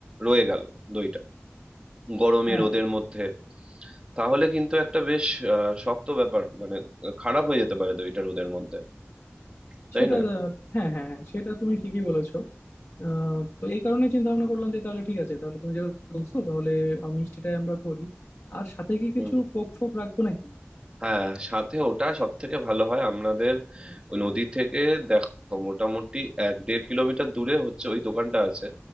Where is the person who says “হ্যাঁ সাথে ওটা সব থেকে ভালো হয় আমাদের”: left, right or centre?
Right